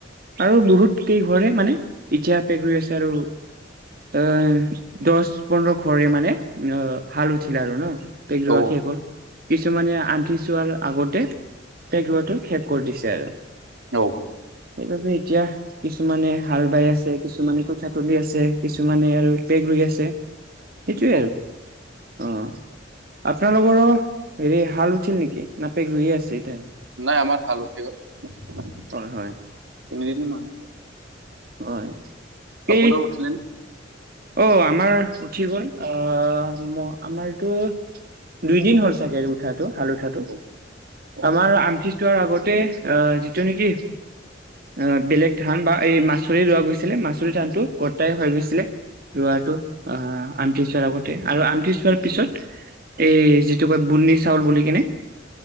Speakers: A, on the right; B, on the right.
A: আৰু বহুত কেই ঘৰে মানে এতিয়া পেক ৰুই আছে আৰু এ দহ পোন্ধৰ ঘৰে মানে অ হালুছিল আৰু ন পেগ ৰোৱা
B: অ
A: শেষ হল। কিছুমানে আন্ধি চোৱাৰ আগতে পেগ্ ৰোৱাতো শেষ কৰি দিছে আৰু।
B: অ।
A: সেইবাবে এতিয়া কিছুমানে হাল বাই আছে, কিছুমানে কঠিয়া তুলি আছে। কিছুমানে আৰু পেক ৰুই আছে সেইটোৱে
B: অ
A: আৰু। অ আপোনালোকৰো হেৰি হাল উঠিল নেকি না পেক ৰুইয়ে আছে? এতিয়া
B: নাই আমাৰ হাল উঠি গ'ল। তিনিজনি
A: হয় হয়
B: মানুহ
A: হয়।
B: আপোনাৰ
A: এই
B: উছিলে নে?
A: অ আমাৰ উঠি গ'ল। আহ আমাৰতো দুইদিন হ'ল চাগে উঠাটো হাল উঠাটো
B: অ', অ',
A: আমাৰ
B: অ',
A: আমঠিচোৱাৰ আগত তে যিটো নেকি আহ বেলেগ ধান বা এই মাচুৰি ৰোৱা গৈছিলে মাচুৰি ধানটো গটাই হৈ গৈছিলে। ৰোৱাটো আহ আঠি চোৱাৰ আগতে আৰু আঠি চোৱাৰ পিছত। <unintelligible> এই যিটো কয় বিন্নী চাউল বুলি কিনে।